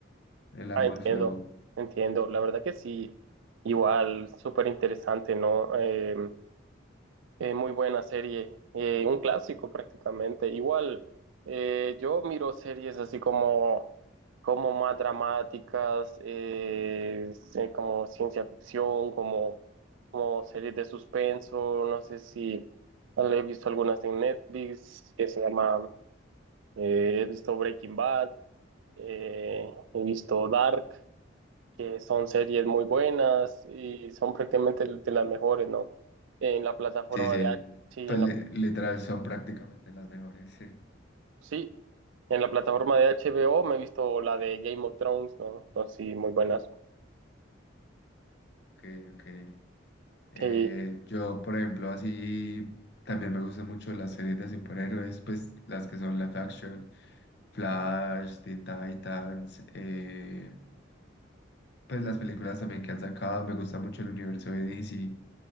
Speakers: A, on the left (about 55°); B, on the right (about 75°).
A: el amo
B: Ah, entiendo,
A: del fuego.
B: entiendo. La verdad que sí, igual, súper interesante, ¿no? Eh, eh, muy buena serie, eh, un clásico prácticamente. Igual, eh, yo miro series así como, como más dramáticas, eh, sí, como ciencia ficción, como, como series de suspenso. No sé si he visto algunas en Netflix que se llama, eh, he visto Breaking Bad, eh, he visto Dark que son series muy buenas y son prácticamente de las mejores, ¿no? En la plataforma
A: Sí, sí.
B: de H sí,
A: Pues
B: en
A: le-
B: la,
A: literal son prácticamente las mejores. <laughs> Sí.
B: sí, en la plataforma de HBO me he visto la de Game of Thrones, ¿no? Entonces, sí, muy buenas.
A: Ok, ok. Eh,
B: Sí,
A: yo, por ejemplo, así también me gustan mucho las series de superhéroes, pues las que son live action, Flash, Teen Titans, eh, pues las películas también que han sacado, me gusta mucho el universo de DC.